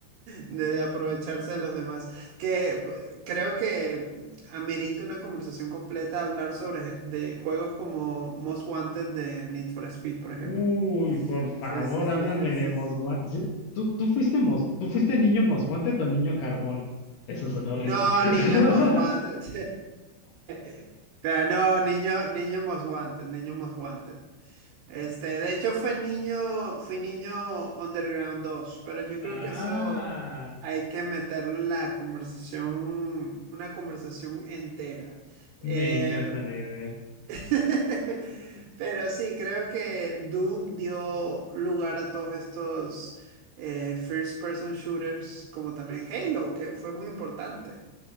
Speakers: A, on the right (about 75°); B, on the left (about 70°).
A: de aprovecharse de los demás, que p- creo que amerita una conversación completa hablar sobre je- de juegos como Most Wanted de Need for Speed, por ejemplo.
B: Uy, por favor,
A: Sí, sí, sí,
B: háblame
A: sí,
B: de
A: sí.
B: Mosguante.
A: sí.
B: Tú, tú fuiste mos, tú fuiste niño Mosguante o niño Carbón. Eso sonó horrible.
A: No,
B: <laughs>
A: niño Most Wanted. <laughs> Claro, no, niño, niño Most Wanted, niño Most Wanted. Este, de hecho fue niño, fui niño Underground dos pero yo
B: Ah.
A: creo que eso hay que meterlo en la conversación, una conversación entera. Eh,
B: Me encanta la idea.
A: <laughs> pero sí, creo que Doom dio lugar a todos estos eh, first person shooters, como también Halo, que fue muy importante.